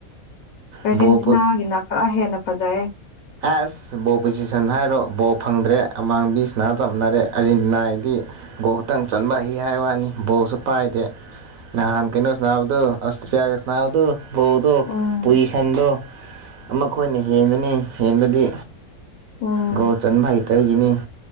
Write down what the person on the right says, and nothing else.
ꯕꯣꯜ
ꯑꯁ ꯕꯣꯜ ꯄꯣꯖꯤꯁꯟ ꯍꯥꯏꯔꯣ ꯕꯣ ꯐꯪꯗ꯭ꯔꯦ ꯑꯃꯥꯡꯕꯤ ꯁ꯭ꯅꯥ ꯆꯞꯃꯅꯔꯦ ꯑꯔꯖꯦꯟꯇꯤꯅꯥꯏꯗꯤ ꯒꯣꯜ ꯈꯇꯪ ꯆꯟꯕ ꯍꯩ ꯍꯥꯏ ꯋꯥꯅꯤ ꯕꯣꯜꯁꯨ ꯄꯥꯏꯗꯦ꯫ ꯅꯍꯥꯟ ꯀꯩꯅꯣ ꯁ꯭ꯅꯥꯕꯗꯨ ꯑꯁꯇ꯭ꯔꯤꯌꯥꯒ ꯁ꯭ꯅꯥꯕꯗꯨ ꯕꯣꯜꯗꯣ
ꯄꯣꯌꯤꯁꯟꯗꯣ ꯑꯃꯥ ꯈꯣꯏꯅ ꯍꯦꯟꯕꯅꯦ ꯍꯦꯟꯕꯗꯤ
ꯒꯣꯜ ꯆꯟꯕ ꯍꯩꯇꯕꯒꯤꯅꯤ꯫